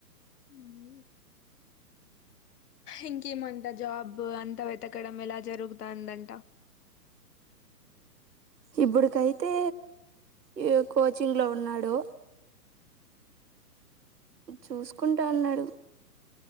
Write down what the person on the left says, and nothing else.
ఉహు ఇంకేమంట జాబ్ అంతా వెతకడం ఎలా జరుగుతాందంట